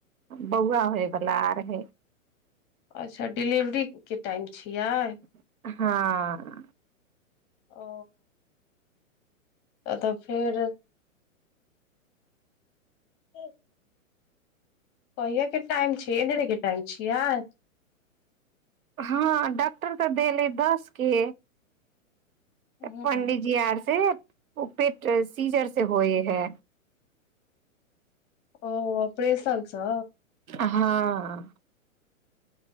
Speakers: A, on the right; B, on the left.
A: बौआ होयवला आर है
B: अच्छा डिलिवरी के टाइम
A: हां
B: छियै ओ तऽ फिर एक कहहिए क टाइम छै ए ले टाइम छै यार
A: हँ डॉक्टर तऽ देलै दसके
B: हँ
A: तऽ पंडितजी आर से ओ पेट सीजर से होए हय
B: ओ अपरेशन सँ
A: हँ